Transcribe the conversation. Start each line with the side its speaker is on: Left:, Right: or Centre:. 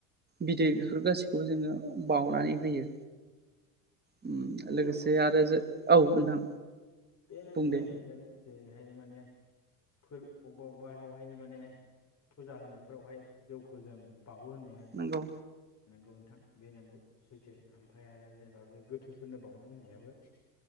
Right: बिदै
Left: नंगौ
Right: बेफोर
Left: नोंथां
Right: गासैखौबो जोङो बावनानै होयो उम
Left: जोंनियावबो
Right: लोगोसे आरो जो औ नोंथां।
Left: बे नों
Right: बुं
Left: बुंनाय
Right: दे
Left: बायदियानो। जेरैहाय माने फोर औबा औबावहाय माने फुजा होनायफोरावहाय जौखौ जों बावो होननाया
Right: नंगौ
Left: नंगौ नोंथां बे नंगौ सैथो ओमफ्राय आरो जेनबा बे गोथैफोरनो बावउनाय होननायाबो